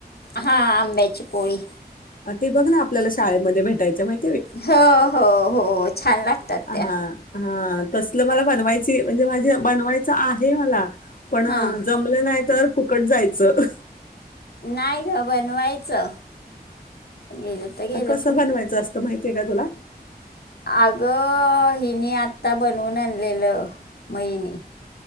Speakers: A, on the left; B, on the left.
A: हा आंबेची पोळी
B: ते बघ ना आपल्याला शाळेमध्ये भेटायच्या माहि
A: हो हो हो छान लागतात
B: हा
A: त्या
B: हा तसलं मला बनवायची म्हणजे माझे बनवायचं आहे मला पण
A: हां
B: जमलं नाही तर फुकट जायचं
A: नाही ग बनवायचं गेलं तर गेलं
B: कसं बनवायचं असतं माहितीय का तुला
A: अग हिनी आता बनवून आणलेलं महिनी